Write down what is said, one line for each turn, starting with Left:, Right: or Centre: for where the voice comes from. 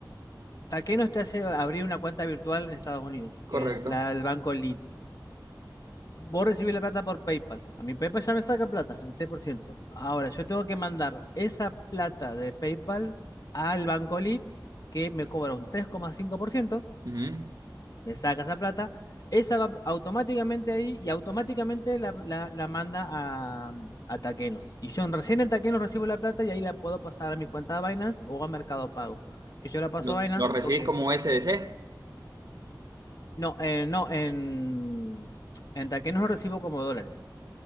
Left: Taquenos te hace abrir una cuenta virtual en Estados Unidos,
Right: Correcto.
Left: que es la, el banco Lead. Vos recibís la plata por PayPal. A mi PayPal ya me saca plata, el 6%. Ahora, yo tengo que mandar esa plata de PayPal al Banco Lit, que me cobra un tres coma cinco por ciento.
Right: Ujú.
Left: me saca esa plata, esa va automáticamente ahí y automáticamente la, la- la manda a, a Taquenos. Y yo en- recién en Taquenos recibo la plata y ahí la puedo pasar a mi cuenta de Binance o a Mercado Pago. Que yo la paso
Right: ¿Lo,
Left: a Binance
Right: lo recibís
Left: porque...
Right: como USDC?
Left: No, eh, no, en, en Taquenos lo recibo como dólares.